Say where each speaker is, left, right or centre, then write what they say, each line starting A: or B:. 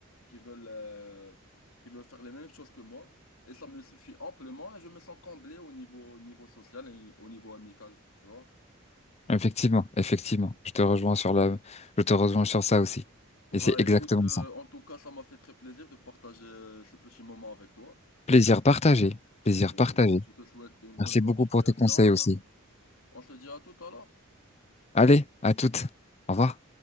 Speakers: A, on the left; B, on the left.
A: qui veulent, euh, qui veulent faire les mêmes choses que moi. Et ça me suffit amplement et je me sens comblé au niveau, au niveau social et au niveau amical, tu vois?
B: Effectivement, effectivement. Je te rejoins sur la, je te rejoins sur ça aussi.
A: Bah
B: Et c'est exactement
A: écoute, euh,
B: ça.
A: en tout cas, ça m'a fait très plaisir de partager euh, ce petit moment avec toi.
B: Plaisir partagé, plaisir
A: Et
B: partagé.
A: je te souhaite une
B: Merci
A: bonne continuation.
B: beaucoup pour tes conseils aussi.
A: On se dit à tout à l'heure.
B: Allez, à toutes. Au revoir.